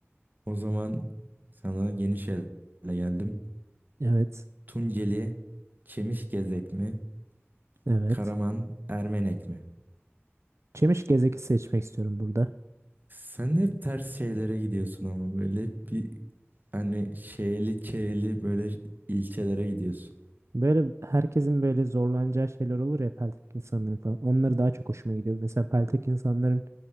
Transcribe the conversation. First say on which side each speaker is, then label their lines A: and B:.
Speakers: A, on the right; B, on the right.
A: O zaman sana yeni şeyle geldim.
B: Evet.
A: Tunceli Çemişgezek mi?
B: Evet.
A: Karaman Ermenek mi?
B: Çemiş gezeki seçmek istiyorum burada.
A: Sen hep ters şeylere gidiyorsun ama böyle bir hani şeyli çeyli böyle ilçelere gidiyorsun.
B: Böyle herkesin böyle zorlanacağı şeyler olur ya peltek insanların falan. Onları daha çok hoşuma gidiyor. Mesela peltek insanların